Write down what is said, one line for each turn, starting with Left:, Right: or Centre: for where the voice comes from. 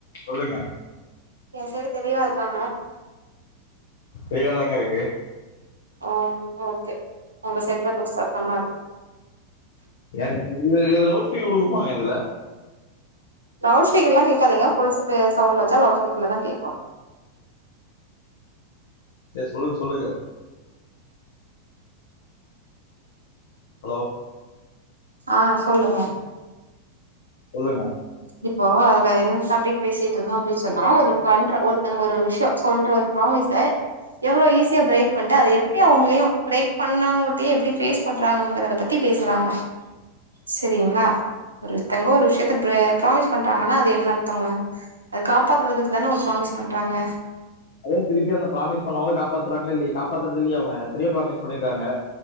Left: சொல்லுங்க
Right: என் சைடுதெளிவா இருக்காங்க
Left: தெளிவாதாங்க இருக்கு
Right: ஓ ஓகே உங்க சைட் தா கொஞ்சோ சத்தமா இருக்கு
Left: ஏங்க இது இதுல லவு்ட்ஸ்பீ்க்கர் வுழுகும்மாங்க இதுல
Right: லவுட் ஷ்ப்பீக்கர் எல்லா கேக்காதுங்க ஃபுல் சவுண்ட்ல வச்சா லவுட் ஷ்பீக்கர்ல தான் கேக்கு
Left: சேரி சொல்லுங்க சொல்லுங்க ஹலோ
Right: ஆ சொல்லுங்க
Left: சொல்லுங்க
Right: இப்போ அதுல என்ன டாபிக் பேசிட்டு இருந்தோ அப்டின்னு சொன்னா ஒரு பண்ற ஒருத்தங்க ஒரு விஷயோ சொல்ற ஒரு ப்ராமிஸ் அ எவ்வளோ ஈஸியா பிரேக் பண்ணிட்டு அத எப்டி அவங்களையு பிரேக் பண்ணவங்க கிட்டயு எப்டி பே பண்றாங்கறத பத்தி பேசுறாங்க செரிங்களா ஒருத்தங்க ஒரு விஷயத்த ப்ரே ப்ராமிஸ் பண்டாங்கன்னா அது என்ன அர்த்தங்க அதை காப்பாத்துறதுக்கு தானே ஒரு ப்ராமிஸ் பண்றாங்க
Left: அதே திருப்பி அந்த பிராமிஸ் பண்ணவங்கள காப்பாத்துறாங்கள இல்லைய காப்பாத்துறது இல்லை எத்தனையோ பிராமிஸ் பண்ணிருக்காங்க